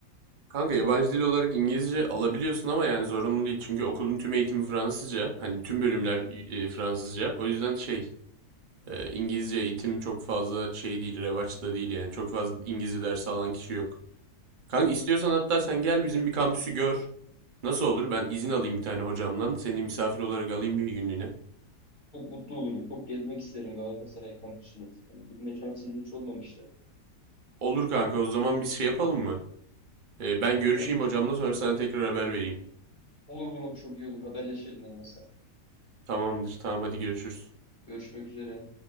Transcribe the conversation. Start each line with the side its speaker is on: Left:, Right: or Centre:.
Right: Kanka yabancı dil olarak İngilizce alabiliyorsun ama yani zorunlu değil. Çünkü okulun tüm eğitimi Fransızca. Hani tüm bölümler e, Fransızca. O yüzden şey e, İngilizce eğitim çok fazla şey değil. Revaçta değil yani. Çok fazla İngilizce dersi alan kişi yok. Kanka istiyorsan hatta sen gel bizim bir kampüsü gör. Nasıl olur? Ben izin alayım bir tane hocamdan. Seni misafir olarak alayım bir günlüğüne.
Left: Çok mutlu olurum. Çok gezmek isterim Galatasaray kampüsünü. Yani gitme şansımız hiç olmamıştı.
Right: Olur kanka o zaman
Left: Çok
Right: biz
Left: çok
Right: şey yapalım
Left: iyi olur.
Right: mı? E, ben görüşeyim
Left: Tamam.
Right: hocamla sonra sana tekrar haber vereyim.
Left: Olur olur olur, çok iyi olur. Haberleşelim olmasa.
Right: Tamamdır. Tamam hadi görüşürüz.
Left: Görüşmek üzere.